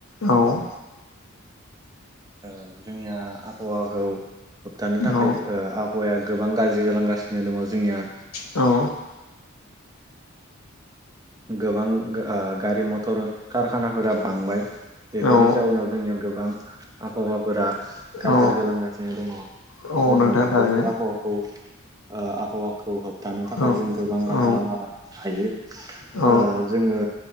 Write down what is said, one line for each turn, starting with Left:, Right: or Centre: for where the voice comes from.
Left: औ
Right: ओ जोंनिया आबहावाखौ होबथानो
Left: औ
Right: थाखाय ओ आ फावाया गोबां गाज्रि जालांगासिनो दङ जोंनिया
Left: औ
Right: गोबां ओ गारि मथर कारखानाफोरा बांबाय। बेफोरनि
Left: औ
Right: जाउोनाव जोंनिया गोबां आबहावाफोरा गाज्रि
Left: औ
Right: जालांगासिनो दङ
Left: औ
Right: जोंङो
Left: नोंथां थारैनो
Right: बेफोर आबहावा ओ आबहावाखौ होबथानो थाखाय
Left: औ
Right: जों गोबां राहा
Left: औ
Right: लामा लनो हायो।
Left: औ
Right: ओ जोंङो